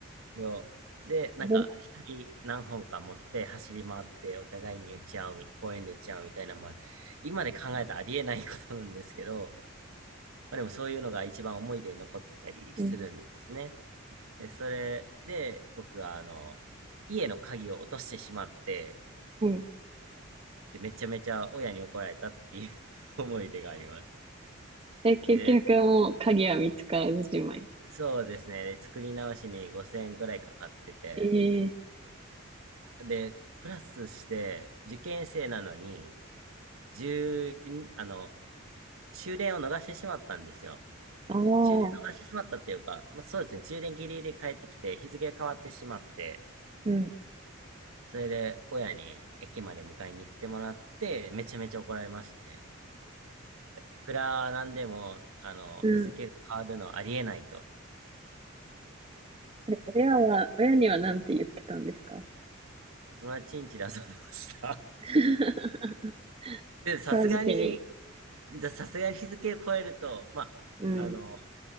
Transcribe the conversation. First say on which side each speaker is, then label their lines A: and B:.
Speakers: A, on the right (about 80°); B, on the right (about 25°).
A: よ。で、なんか、
B: 危な
A: 一人何本か持って走り回って、お互いに打ち合うみ、公園で打ち合うみたいな、まあ、今で考えたらありえないことなんですけど、まあでもそういうのが一番思い出に残ったりするんですね。
B: うん。
A: で、それで、僕は、あの、家の鍵を落としてしまって、
B: うん
A: で、めちゃめちゃ親に怒られたっていう <laughs> 思い出があります。
B: え、結局もう鍵は見つからずじまい。
A: で、そうですね。で作り直しに5000円くらいかかってて、
B: ええ
A: で、プラスして、受験生なのに、十、あの、終電を逃してしまったんですよ。
B: ああー、
A: 終電逃してしまったっていうか、まあ、そうですね、終電ギリギリ帰ってきて、日付が変わってしまって、
B: うん、
A: それで親に駅まで迎えに行ってもらって、めちゃめちゃ怒られましたね。いくらなんでも、あの、
B: うん。
A: 日付が変わるのはありえないと、
B: で、親は、親にはなんて言ってたんですか
A: 友達ん家で遊んでました。
B: <laughs>
A: <laughs> で、さすがに、
B: 正直に。
A: さすがに日付を超えると、ま
B: うん、
A: あ、あの、